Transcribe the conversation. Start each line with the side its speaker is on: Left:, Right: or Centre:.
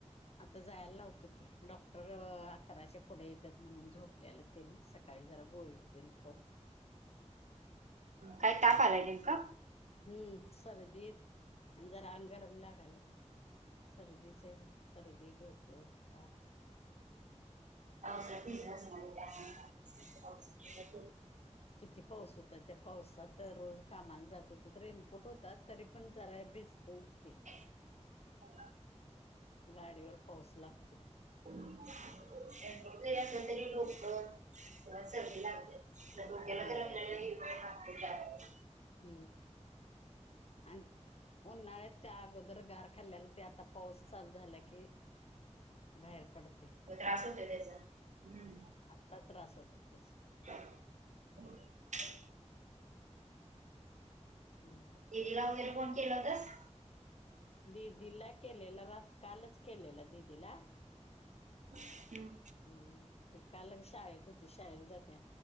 Left: आता जायला लावतो की डॉक्टर अकराच्या पुढे येतात म्हणून झोपलेलं त्यानी सकाळी जरा गोळीे तेन खाऊन
Right: काय ताप आलाय नेमका
Left: हम्म सर्दीत आणि जरा अंगगरम लागायल- सर्दीचे सर्दी, डोकं, ताप-
Right: अ <unintelligible>
Left: कितीे पाऊस होता त्या- पावसात तर रोज कामाला जात होत रेनकोट होतात तरी पण जरा भिजतय-
Right: ह...
Left: गाडीवर पाऊस लागतोय-
Right: जरी असलं तरी डोकं किवा सर्दी लागते. सगळ केला
Left: होय
Right: तरी आपल्याला हिंडायला लागतये बाहेर -
Left: ह आणि... उन्हाळ्यात त्या अगोदर गार खाल्ल्याला ते आता पाऊस चालू झाला की- बाहेर पडते...
Right: त्रास होतोय- हम्म...
Left: फार त्रास होतो त्याचा-
Right: <unintelligible>
Left: हम्म....
Right: दीदींला वगैरे फोन केलं होतास?
Left: दिदीला केलेला रात कालच केलेला दिदीला-
Right: हम्...
Left: हम्म ते काल शाळेत होती शाळेेत जाते-